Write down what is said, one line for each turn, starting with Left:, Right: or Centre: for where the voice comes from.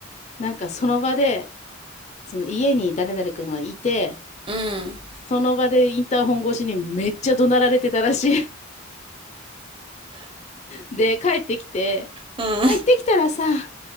Left: なんかその場で、その家に誰々くんはいて、
Right: うん、
Left: その場でインターホン越しにめっちゃ怒鳴られてたらしい。で、帰ってきて、
Right: うん。
Left: 行ってきたらさ、